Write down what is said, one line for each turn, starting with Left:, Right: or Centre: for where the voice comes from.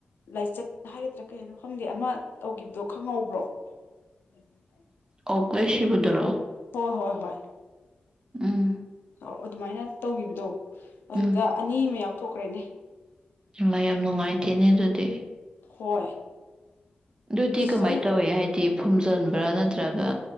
Left: ꯂꯥꯏꯆꯠ ꯍꯥꯏꯒꯗ꯭ꯔꯥ ꯀꯩ ꯍꯥꯏꯅꯣ ꯈꯪꯗꯦ ꯑꯃ ꯇꯧꯒꯤꯕꯗꯣ ꯈꯪꯍꯧꯕ꯭ꯔꯣ <unintelligible>
Right: ꯑꯣꯛ ꯂꯣꯏ ꯁꯤꯕꯗꯨꯔꯣ
Left: ꯍꯣ ꯍꯣꯏ ꯍꯣꯏ
Right: ꯎꯝ
Left: ꯑꯧ ꯑꯗꯨꯃꯥꯏꯅ ꯇꯧꯒꯤꯕꯗꯣ ꯑꯗꯨꯗ
Right: ꯎꯝ
Left: ꯑꯅꯤ ꯑꯃ ꯌꯥꯎꯊꯣꯛꯈ꯭ꯔꯦꯅꯦ
Right: ꯃꯌꯥꯝ ꯅꯨꯡꯉꯥꯏꯇꯦꯅꯦ ꯑꯗꯨꯗꯤ
Left: ꯍꯣꯏ
Right: ꯑꯗꯨꯗꯤ
Left: ꯑꯁ
Right: ꯀꯃꯥꯏꯟ
Left: ꯑꯩ
Right: ꯇꯧꯋꯦ ꯍꯥꯏꯗꯤ ꯐꯨꯝꯖꯤꯟꯕ꯭ꯔꯥ ꯅꯠꯇ꯭ꯔꯒ